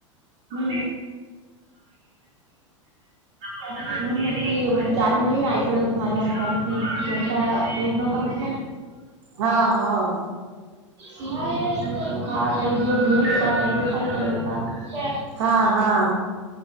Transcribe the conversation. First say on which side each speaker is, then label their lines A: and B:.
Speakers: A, on the right; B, on the right.
A: हम <unintelligible> म्हणून मग चार महिने मी आईकडे होते माझ्या म कारण की तोंडा पूर नव्हता होत ना
B: हा होव.
A: त्याच्यानंतर हा काही दिवस घरी होता काही दिवस आईकडे होता. <unintelligible>
B: हा हा